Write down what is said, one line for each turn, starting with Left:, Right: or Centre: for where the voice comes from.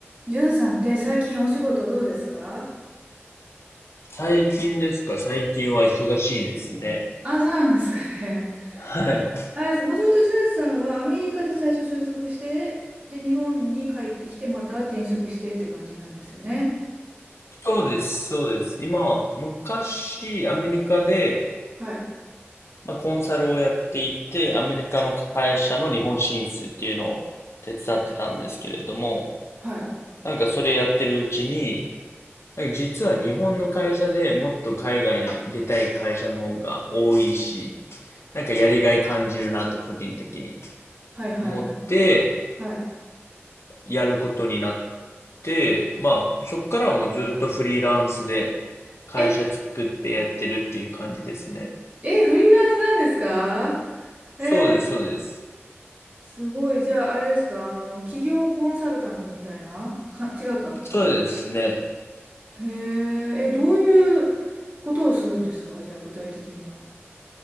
Right: じゅんさんって最近お仕事どうですか
Left: 最近ですか最近は忙しいですね。
Right: あ、そうなんですかね。
Left: はい。
Right: あれです、もともとじゅんさんはアメリカで最初就職して、で、日本に帰ってきて、また転職してって感じなんですよね。
Left: そうです、そうです。今は、昔、アメリカで、
Right: はい。
Left: まあ、コンサルをやっていて、アメリカの会社の日本進出っていうのを手伝ってたんですけれども、
Right: はい。
Left: なんかそれやってるうちに、なんか実は日本の会社でもっと海外に出たい会社の方が多いし、なんかやりがい感じるなと個人的に
Right: はいはいはいはい。
Left: 思って、
Right: はい。
Left: やることになって、まあ、そっからはもうずっとフリーランスで会社作ってやってるっていう感じですね。
Right: え、え、フリーランスなんですかえー、
Left: そうです、そうです。
Right: すごい。じゃあ、あれですか、あの、企業コンサルタントみたいなか、違うか。
Left: そうですね。
Right: へえ、え、どういうことをするんですかじゃあ、具体的には。